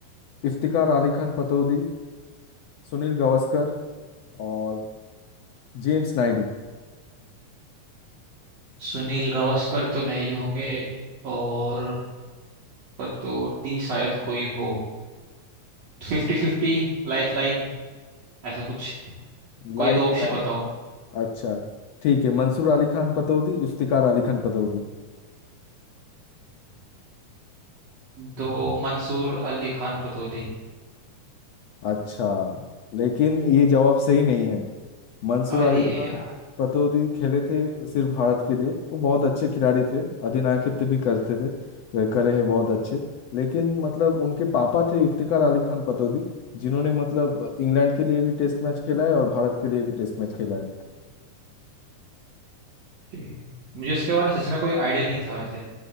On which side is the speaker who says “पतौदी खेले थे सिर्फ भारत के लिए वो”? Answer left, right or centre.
Left